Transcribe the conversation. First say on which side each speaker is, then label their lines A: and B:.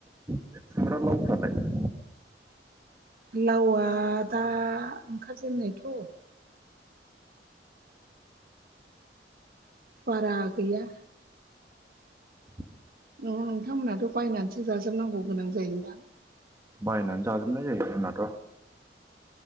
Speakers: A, on the right; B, on the right.
A: खुम्ब्रा लाव फोरालाय
B: लावआ दा ओंखारजेनायथ' बारा गैया
A: <inaudible>
B: नोङो नोंथांमोनाथ' बायनानैसो जाजोबनांगौ गोनां जायोनोदां
A: बायनानै जाजोबनाय जायो जोंनाथ'